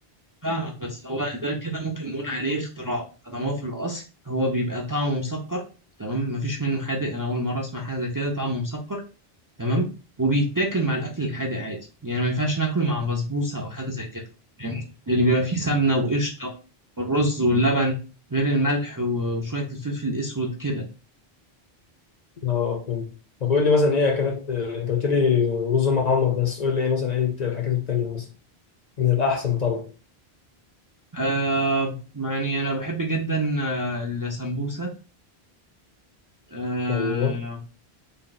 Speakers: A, on the right; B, on the left.
A: فاهمك بس هو ده كده ممكن نقول عليه اختراع طالما هو في الاصل هو بيبقى طعمه مسكر تمام مفيش منه حادق انا اول مره اسمع حاجه زي كده طعمه مسكر تمام وبيتاكل مع الاكل الحادق عادي يعني ما ينفعش ناكله مع بسبوسه او حاجه زي كده فاهمني يعني بيبقى فيه سمنه وقشطه والرز واللبن غير الملح وشويه الفلفل الاسود كده
B: اه فهمت طب قول لي مثلا ايه اكلات انت قلت لي رز معمر بس قول لي ايه مثلا ايه الحاجات التانيه مثلا من الاحسن طبعا
A: آه يعني أنا بحب جدا آه السمبوسة آه
B: ايوه